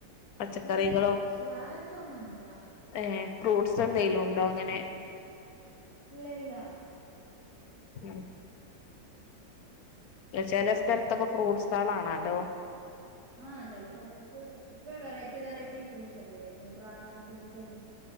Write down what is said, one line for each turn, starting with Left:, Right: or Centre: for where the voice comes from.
Left: പച്ചക്കറികളോ
Right: ഇല്ല കൃഷിയായിട്ടൊന്നുമില്ല
Left: ഏ ഫ്രൂട്ട്സ് എന്തെങ്കലും ഉണ്ടോ ഇങ്ങനെ
Right: ഇല്ല ഇല്ല
Left: ഉം ചില
Right: പിന്നെ
Left: സ്ഥലത്തൊക്കെ ഫ്രൂട്ട്സ് ആണല്ലോ
Right: ആ ചല സ്ഥലത്ത് ഇപ്പൊ വെറൈറ്റി വെറൈറ്റി ഫ്രൂട്ട്സ് അല്ലേ ഡ്രാഗൺ ഫ്രൂട്ട്സും